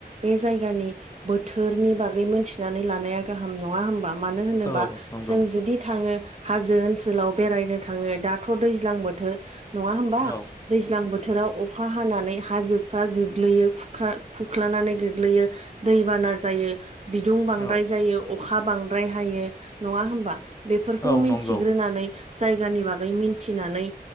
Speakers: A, on the right; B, on the left.
A: बे जायगानि बोथोरनि बागै मोनथिनानै लानाया गाहाम नङा होमबा? मानो होनोबा
B: औ नंगौ
A: जों जुदि थाङो हाजो ओनसोलाव बेरायनो थाङो दाथ' दैज्लां बोथोर नङा होमबा?
B: औ
A: दैज्लां बोथोराव अखा हानानै हाजोफ्रा गोग्लैयो खुख्लानानै गोग्लैयो दै बाना जायो बिदुं बांद्राय
B: औ
A: जायो अखा बांद्राय हायो नङा होमबा? बेफोरखौ
B: औ
A: मिथिग्रोनानै
B: नंगौ
A: जायगानि बागै मिथिनानै